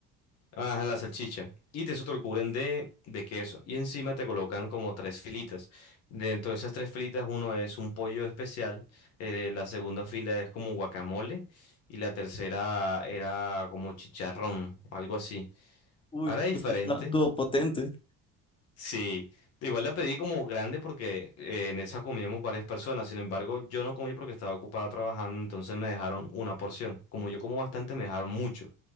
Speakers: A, on the left (about 60°); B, on the left (about 20°).
A: ah, la salchicha. Y te eso te lo cubren de, de queso. Y encima te colocan como tres filitas. Dentro de esas tres filitas, uno es un pollo especial, eh, la segunda fila es como guacamole y la tercera era como chicharrón, algo así.
B: Uy,
A: Ahora es
B: pues
A: diferente,
B: está todo potente.
A: Sí, igual la pedí como grande porque eh, en esa comíamos varias personas. Sin embargo, yo no comí porque estaba ocupada trabajando, entonces me dejaron una porción. Como yo como bastante, me dejaron mucho.